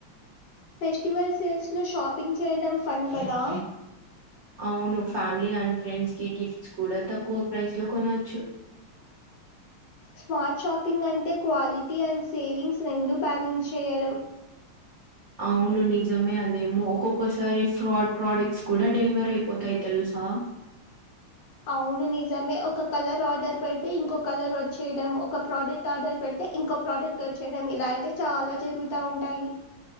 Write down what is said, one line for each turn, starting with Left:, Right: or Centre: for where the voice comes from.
Left: ఫెస్టివల్ సేల్స్ లో షాపింగ్ చేయడం ఫన్ కదా
Right: అవును ఫ్యామిలీ అండ్ ఫ్రెండ్స్ కి గిఫ్ట్స్ కూడా తక్కువ ప్రైస్ లో కొనవచ్చు
Left: స్మార్ట్ షాపింగ్ అంటే క్వాలిటీ అండ్ సేవింగ్స్ రెండు బ్యాలెన్స్ చేయడం
Right: అవును నిజమే అదేమో ఒక్కొక్కసారి ఫ్రాడ్ ప్రొడక్ట్స్ కూడా డెలివర్ అయిపోతాయి తెలుస్ ఆ
Left: అవును నిజమే ఒక కలర్ ఆర్డర్ పెడితే ఇంకో కలర్ వచ్చేయడం ఒక ప్రోడక్ట్ ఆర్డర్ పెడిత్ తే ఇంకో ప్రోడక్ట్ వచ్చేయడం ఇలా అయితే చాలా జరుగుతా ఉంటాయి